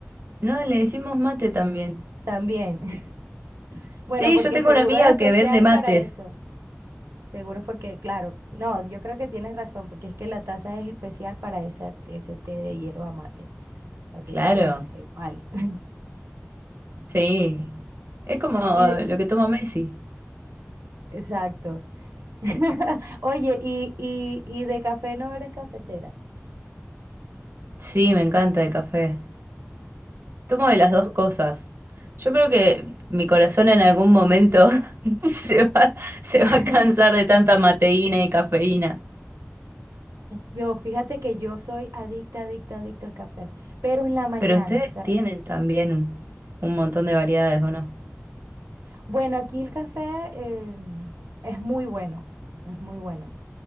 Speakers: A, on the right; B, on the right.
A: No, le decimos mate también.
B: También. <laughs> Bueno,
A: Sí,
B: porque
A: yo tengo
B: seguro
A: una amiga
B: es especial
A: que vende mates.
B: para eso. Seguro es porque, claro, no, yo creo que tienes razón, porque es que la taza es especial para esa, ese té de hierba mate. O sea, tiene
A: Claro,
B: que llamarse igual. <laughs>
A: sí. Es como
B: Y de-
A: lo que toma Messi.
B: exacto. <laughs> Oye, y, y, y de café no eres cafetera.
A: Sí, me encanta el café. Tomo de las dos
B: Bu-
A: cosas. Yo creo que mi corazón en algún momento <laughs> se va, se
B: <laughs>
A: va a cansar de tanta mateína y cafeína.
B: No, fíjate que yo soy adicta, adicta, adicta al café, pero en la mañana,
A: Pero ustedes
B: o sea,
A: tienen también un un montón de variedades, ¿o no?
B: bueno, aquí el café eh, es muy bueno, es muy bueno.